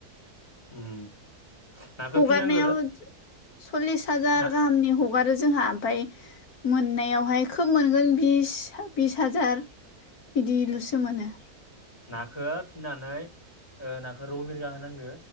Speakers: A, on the left; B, on the left.
A: उम नाखौ
B: हगारनायाव
A: फिनांगो
B: सल्लिस हाजार
A: ना
B: गाहामनि हगार हगारो जोंहा ओमफ्राय मोननायावहाय खोब मोनगोन बिस बिस हाजार बिदिल'सो मोनो।
A: नाखौ फिनानै नाखौ रौ मिरगा होनांगो